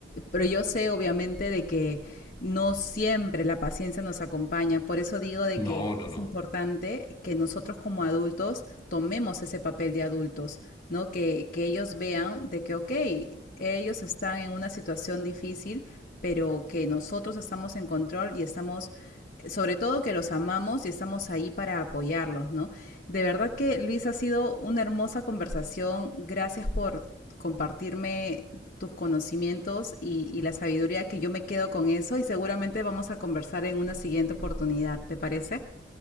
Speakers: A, on the left; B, on the left.
A: Pero yo sé, obviamente, de que no siempre la paciencia nos acompaña. Por eso digo de
B: No,
A: que
B: no,
A: es
B: no.
A: importante que nosotros como adultos tomemos ese papel de adultos, ¿no? Que, que ellos vean de que, ok, ellos están en una situación difícil, pero que nosotros estamos en control y estamos sobre todo que los amamos y estamos ahí para apoyarlos, ¿no? De verdad que Luis ha sido una hermosa conversación. Gracias por compartirme tus conocimientos y, y, la sabiduría que yo me quedo con eso y seguramente vamos a conversar en una siguiente oportunidad, ¿te parece?